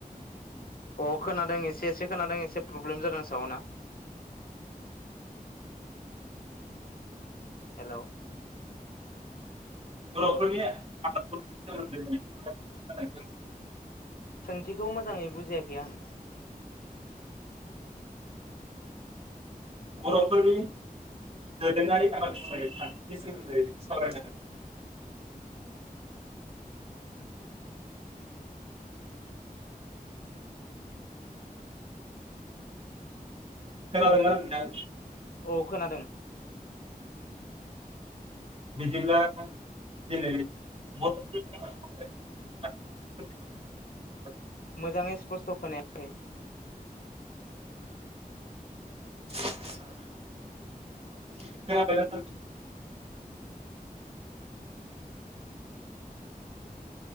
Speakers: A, on the left; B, on the right.
A: अ खोनादों एसे एसे खोनादों एसे प्रब्लेम जादों सावोना हेल'
B: बर'फोरनि आबाद मावनायनि सोमोनदै
A: सोंथिखौ मोजाङै बुजियाखै आं
B: बर'फोरनि दोरोङारि आबाद मावनाय खान्थिनि सोमोन्दै सावराय नांगोन खोनादोंना नोंथां
A: औ खोनादों
B: बिदिब्ला दिनै <unintelligible>
A: मोजाङै स्पस्त' खोनायाखै
B: खोनादोंना नोंथां